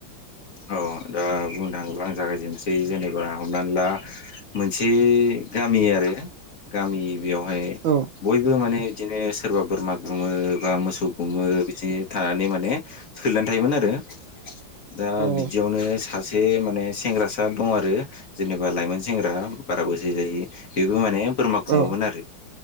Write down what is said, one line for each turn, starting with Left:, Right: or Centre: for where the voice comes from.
Left: औ दा बुंनो थाङोब्ला आं जागायजेननोसै जेनेबा हमनानै ला मोनसे गामि आरो गामि बेयावहाय
Right: औ
Left: बयबो माने बिदिनो सोरबा बोरमा गुमो बा मोसौ गुुमो बिदिनो थानानै माने सोलिनानै थायोमोन आरो दा
Right: औ
Left: बिदियावनो सासे माने सेंग्रासा दं आरो जेनेबा लाइमोन सेंग्रा बारा बोसोर जायो बेबो माने बोरमा
Right: औ
Left: गुमोमोन आरो